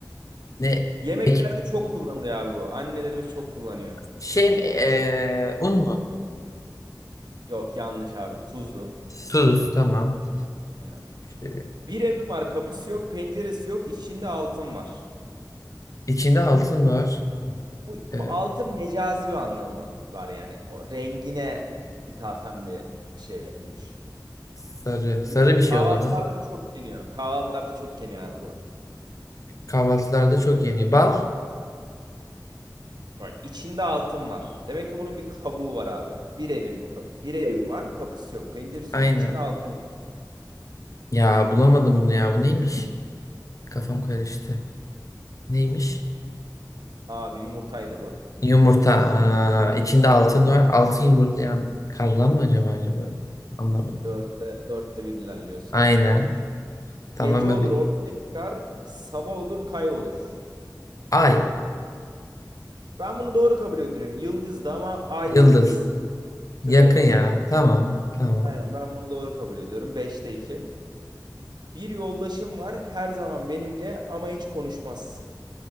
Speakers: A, on the left; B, on the right.
A: Ne
B: Yemeklerde
A: ek-
B: çok kullanılıyor abi bu. Annelerimiz çok kullanıyor.
A: şey mi, eee, un mu?
B: Yok yanlış abi. Tuzdu.
A: Tuz tamam.
B: Aynen.
A: İşte,
B: Bir evim var. Kapısı yok. Penceresi yok. içinde altın var.
A: içinde altın var.
B: Bu
A: Eee,
B: altın mecazi bir anlamı var yani. O rengine ithafen bir şey yapılmış.
A: sarı sarı
B: Yo-
A: bir şey
B: Kahvaltılarda
A: o zaman.
B: çok yeniyor. Kahvaltılarda çok yeniyor abi bu.
A: Kahvaltılarda çok yeniyor. Bal?
B: Bak içinde altın var. Demek ki bunun bir kabuğu var abi. Bir evim, ka- bir evim var. Kapısı yok, penceresi
A: Aynen.
B: yok. içinde altın var.
A: Ya bulamadım bunu ya. Bu neymiş? Kafam karıştı. Neymiş?
B: Abi yumurtaydı bu.
A: Yumurta. Aa, içinde altın var. Altın yumurtlayan karlan mı acaba acaba? Anlamadım.
B: Dörtte, dörtte bir ilerliyorsun.
A: Aynen. Tamamen
B: Gece olur
A: bir.
B: ortaya çıkar. Sabah olur kaybolur.
A: Ay.
B: Ben bunu doğru kabul ediyorum. Yıldızdı ama ay
A: Yıldız.
B: yıldız türe,
A: Yakın ya.
B: türe
A: Tamam. Tamam.
B: Aynen ben bunu doğru kabul ediyorum. beşte iki Bir yoldaşım var her zaman benimle ama hiç konuşmaz.